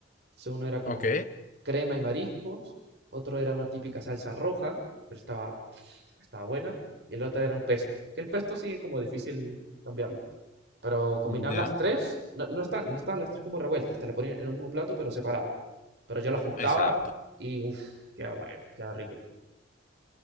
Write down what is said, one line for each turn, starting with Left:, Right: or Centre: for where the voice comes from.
Right: Entonces uno era como
Left: ok.
Right: crema y mariscos, otro era una típica salsa roja, pero estaba, estaba buena, y el otro era un pesto. Que el pesto sigue como difícil cambiarlo. Pero combinar
Left: Ya.
Right: las tres, no, no están, no estaban las tres como revueltas, te las ponían en el mismo plato, pero separada. Pero yo las juntaba
Left: Exacto.
Right: y uff, queda bueno, queda rico.